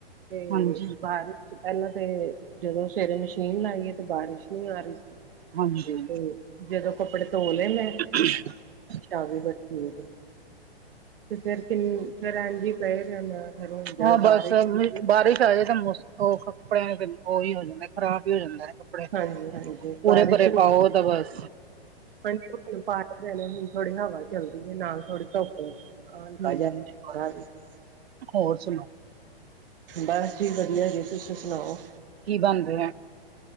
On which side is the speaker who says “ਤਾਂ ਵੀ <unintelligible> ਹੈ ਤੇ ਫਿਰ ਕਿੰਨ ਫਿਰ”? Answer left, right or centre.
Right